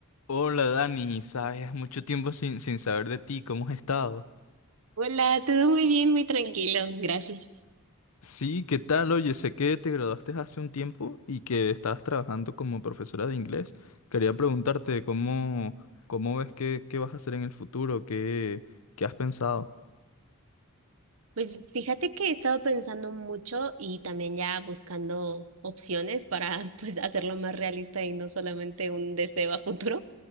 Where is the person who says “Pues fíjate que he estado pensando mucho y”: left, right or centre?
Right